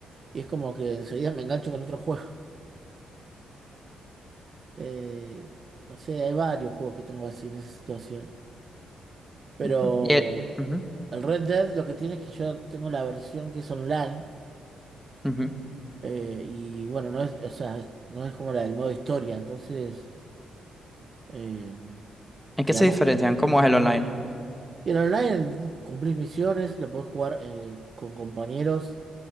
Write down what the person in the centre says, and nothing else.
Ujú. Y el- ujú,
ujú.
¿En
qué se diferencian?
¿Cómo es el online?